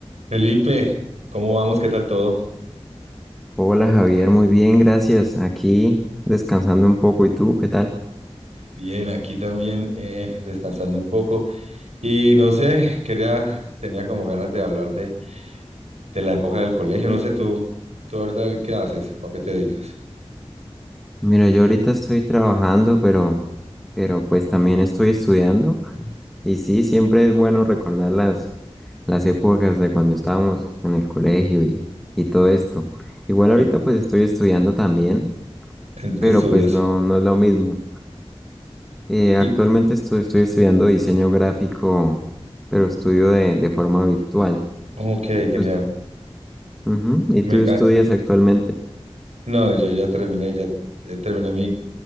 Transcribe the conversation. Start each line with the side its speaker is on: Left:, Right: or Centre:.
Right: Felipe, ¿cómo vamos? ¿Qué tal todo?
Centre: Hola Javier, muy bien, gracias. Aquí descansando un poco. ¿Y tú, qué tal?
Right: Bien, aquí también eh, descansando un poco. Y no sé, quería, tenía como ganas de hablar de, de la época del colegio. No sé, tú, tú ahorita qué haces o a qué te dedicas.
Centre: Mira, yo ahorita estoy trabajando, pero, pero pues también estoy estudiando. Y sí, siempre es bueno recordar las, las épocas de cuando estábamos en el colegio y, y todo esto. Igual
Right: Sí.
Centre: ahorita pues estoy estudiando también,
Right: ¿En qué
Centre: pero
Right: estudias?
Centre: pues no, no es lo mismo. Eh, actualmente
Right: Y,
Centre: estoy, estoy estudiando diseño gráfico, pero estudio de, de forma virtual.
Right: ok,
Centre: ¿Y tú,
Right: genial.
Centre: est- Ujú, ¿Y
Right: Me
Centre: tú
Right: encanta.
Centre: estudias actualmente?
Right: No, yo ya terminé, ya eh, terminé mi,